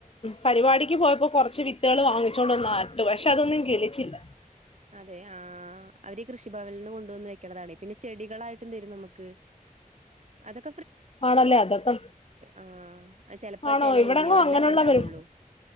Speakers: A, on the left; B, on the right.
A: പരിപാടിക്ക് പോയപ്പോ കുറച്ച് വിത്തുകൾ വാങ്ങി ആറട്ട് ക്ഷെ അതൊന്നും ഗിളിച്ചില്ല
B: അതെ ആഹ്ആ അവരീ കൃഷിഭവനിന്ന് കൊണ്ടന്നെക്കണതാണെ പിന്നെ ചെടികളായിട്ട് തരും നമുക്ക് അതെക്
A: ആണല്ലേ അതക്കെ
B: ആഹ് ചെലപ്പോ
A: ആണോ
B: ചെല
A: ഇവിടെങ്ങും
B: ഏരിയകളിലൊക്കെ
A: അങ്ങനെുള്ളവര്
B: ഇണ്ടാവുള്ളൂ